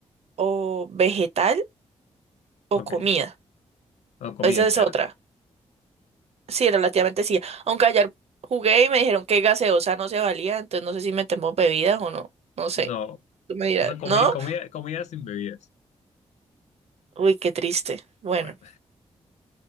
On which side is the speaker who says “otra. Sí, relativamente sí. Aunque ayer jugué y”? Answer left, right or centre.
Right